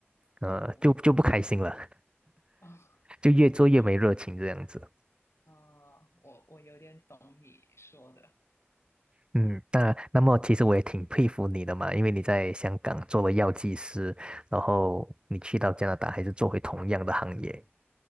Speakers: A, on the right (about 20°); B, on the left (about 80°).
A: 呃，
B: 我
A: 就就不开心了，
B: 啊，
A: <laughs> 就越做越没热情这样子。
B: 我觉啊，我我有点懂你说的
A: 嗯，那那么其实我也挺佩服你的嘛，因为你在香港做了药剂师，然后你去到加拿大还是做回同样的行业，